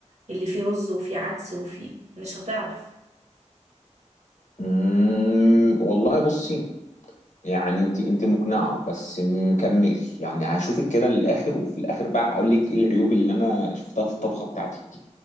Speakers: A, on the right; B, on the left.
A: اللي فيه رز وفيه عدس وفيه مش هتعرف
B: امم والله بصي يعني انت انت مقنعه بس مكملش يعني هشوفك كده للاخر وفي الاخر بقى اقول لك ايه العيوب اللي انا شفتها في الطبخه بتاعتك دي